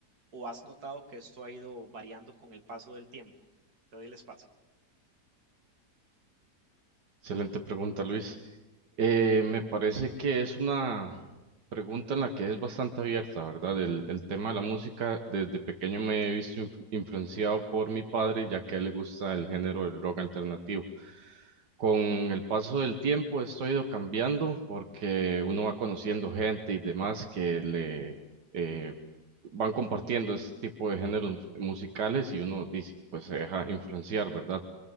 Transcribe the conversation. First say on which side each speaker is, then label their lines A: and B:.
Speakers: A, on the right; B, on the right.
A: o has notado que esto ha ido variando con el paso del tiempo. Te doy el espacio.
B: Excelente pregunta, Luis. Eh, me parece que es una pregunta en la que es bastante abierta, ¿verdad? El, el tema de la música, desde pequeño me he visto influ- influenciado por mi padre, ya que a él le gusta el género del rock alternativo. Con el paso del tiempo esto ha ido cambiando porque uno va conociendo gente y demás que le eh, van compartiendo este tipo de géneros musicales y uno dice, pues se deja influenciar, ¿verdad?